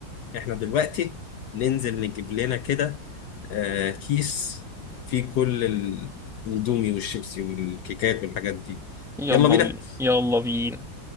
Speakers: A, on the left; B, in the centre.
A: احنا دلوقتي ننزل نجيب لنا كده آه كيس فيه كل ال- الاندومي والشيبسي والكيكات والحاجات دي
B: يلا
A: يلا بينا
B: بينا يلا بينا